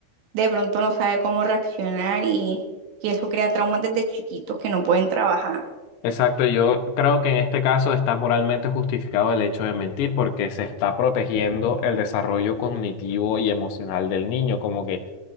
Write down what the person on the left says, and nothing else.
Exacto, yo creo que en este caso está moralmente justificado el hecho de mentir porque se está protegiendo el desarrollo cognitivo y emocional del niño, como que